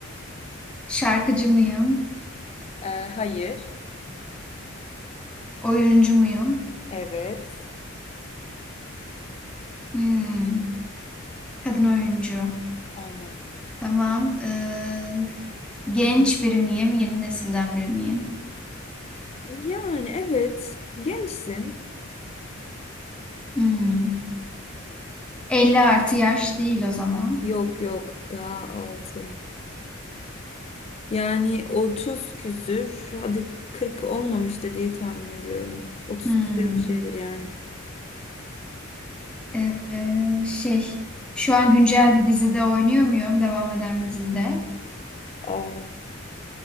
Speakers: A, in the centre; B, on the left (about 30°).
A: Şarkıcı mıyım?
B: Ee, hayır.
A: Oyuncu muyum?
B: Evet.
A: Hmm, kadın oyuncu.
B: Aynen.
A: Tamam. Ee, genç biri miyim? Yeni nesilden biri miyim?
B: Yani evet. Gençsin.
A: Hmm. 50 artı yaş değil o zaman.
B: Yok yok. Daha altı. Yani 30 küsür, hadi 40 olmamıştır diye tahmin ediyorum. 30
A: Hmm.
B: küsür bir şeydir yani.
A: Ee, şey, şu an güncel bir dizide oynuyor muyum? Devam eden bir dizide.
B: Aa,